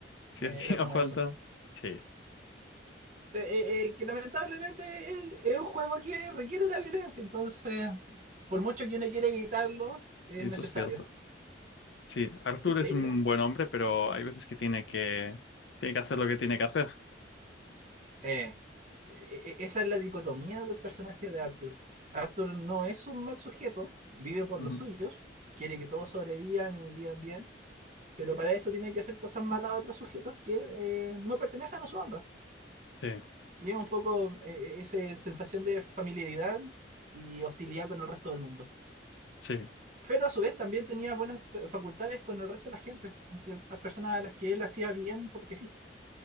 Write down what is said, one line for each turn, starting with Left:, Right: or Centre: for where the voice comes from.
Left: Si
Right: Eh,
Left: hacía
Right: era como
Left: falta,
Right: eso.
Left: sí,
Right: Se- eh, eh, que lamentablemente es es un juego que requiere la violencia, entonces, por mucho que uno quiera evitarlo, es
Left: y
Right: necesario.
Left: eso es cierto. Sí, Arthur
Right: Qué increíble.
Left: es un buen hombre, pero hay veces que tiene que, tiene que hacer lo que tiene que hacer.
Right: eh, e- e- esa es la dicotomía del personaje de Arthur. Arthur no es un mal sujeto, vive por
Left: Ujú.
Right: los suyos, quiere que todos sobrevivan y vivan bien, pero para eso tiene que hacer cosas malas a otros sujetos que eh, no pertenecen a su banda.
Left: Sí,
Right: Y es un poco eh, esa sensación de familiaridad y hostilidad con el resto del mundo.
Left: sí.
Right: Pero a su vez también tenía buenas t- facultades con el resto de la gente, ciertas personas a las que él hacía bien porque sí.